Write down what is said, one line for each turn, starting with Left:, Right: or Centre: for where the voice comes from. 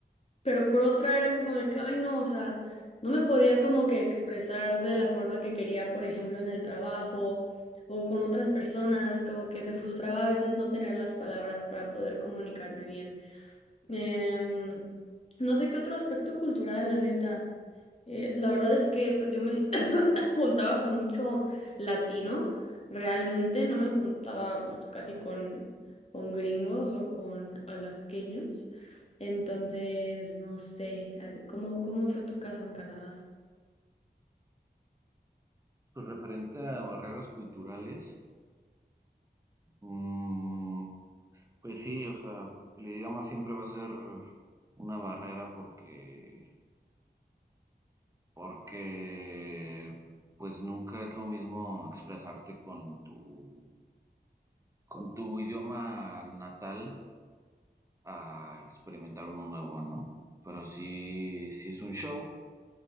Left: pero por otra era como de que, ay, no, o sea, no me podía como que expresar de la forma que quería, por ejemplo, en el trabajo o con otras personas, como que me frustraba a veces no tener las palabras para poder comunicarme bien. Em, no sé qué otro aspecto cultural, la neta. Eh, la verdad es que pues yo me <coughs> <clears throat> juntaba con mucho latino, realmente no me juntaba pues, casi con, con gringos o con alasqueños. Entonces, no sé, eh, ¿cómo, cómo fue tu caso en Canadá?
Right: Pues referente a barreras culturales, mm, pues sí, o sea, el idioma siempre va a ser una barrera porque, porque pues nunca es lo mismo expresarte con tu con tu idioma natal a experimentar uno nuevo, ¿no? Pero sí, sí es un show.